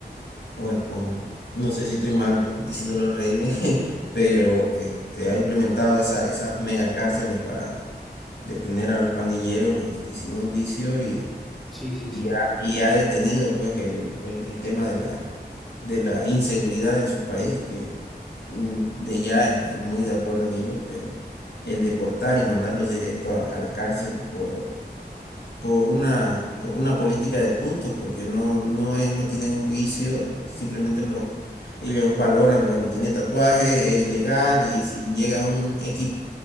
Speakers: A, on the left; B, in the centre.
A: bueno, o n- no sé si estoy mal diciéndolo el régimen, <laughs> pero este, ha implementado esa, esas mega cárceles para detener a los pandilleros este, sin un juicio y,
B: Sí, sí,
A: y,
B: sí.
A: ha, y ha detenido pues el, el, el tema de la, de la inseguridad en su país, que mm, de ya estoy muy de acuerdo en ello, pero el deportar y mandarlos directo a, a la cárcel por por una, por una política de puntos, porque no, no es, no tienen un juicio, simplemente los, ellos valoran, bueno, tiene tatuaje, es ilegal, y si llegas a un X,